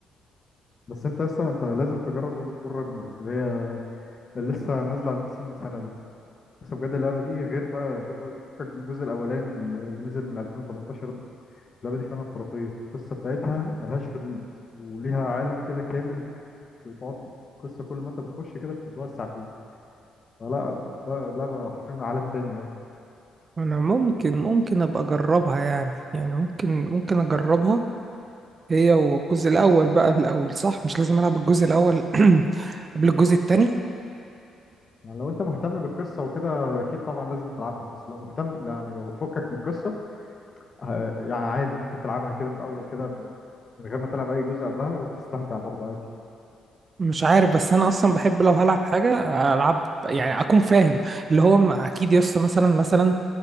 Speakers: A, on the left; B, on the right.
A: بس انت لسه انت لازم تجرب جاد اوف وور راجناروك اللي هي اللي لسه نازله على البي سي من سنه دي بس بجد اللعبة دي غير بقى غير بقى فكك من الجزء الأولاني اللي نزل من 2018 ده اللعبة دي فعلا خرافية القصة بتاعتها ملهاش حدود وليها عالم كده كامل تقعد قصة كل ما انت بتخش كده بتتوسع فيه فلا ده لعبة حرفيا عالم تاني اه
B: انا ممكن ممكن ابقى اجربها يعني يعني ممكن ممكن اجربها هي والجزء الاول بقى بالاول صح مش لازم العب الجزء الاول <clears throat> قبل الجزء التاني
A: يعني لو انت مهتم بالقصة وكده اكيد طبعا لازم تلعبها بس لو مهتم يعني لو فكك من القصة ه- يعني عادي ممكن تلعبها كده من الأول كده من من غير ما تلعب أي جزء قبلها وتستمتع برضه عادي
B: مش عارف بس انا اصلا بحب لو هلعب حاجه العب يعني اكون فاهم اللي هو م- اكيد يس مثلا مثلا